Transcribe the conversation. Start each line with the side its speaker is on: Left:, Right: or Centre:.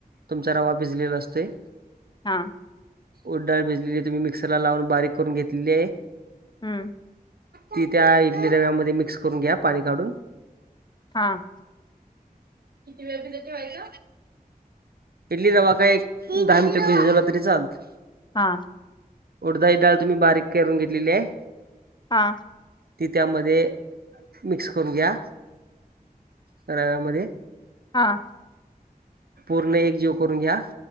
Right: तुमचा रवा भिजलेला असते.
Left: हा
Right: उड्डाळ भिजली तुम्ही मिक्सर ला लावून बारीक करून घेतली आहे.
Left: हम्म
Right: ती त्या इडली रव्यामध्ये मिक्स करून घ्या पाणी काढून
Left: हा.
Right: किती वेळ भिजत ठेवायचं. पेली रवा काय एक दहा मिनट भिजवला तरी चालत.
Left: हा
Right: उडा ह डाळ तुम्ही बारीक करून घेतलेली आहे.
Left: हा
Right: ती त्यामध्ये मिक्स करून घ्या. रव्यामध्ये.
Left: हा.
Right: पूर्ण एक जीव करून घ्या.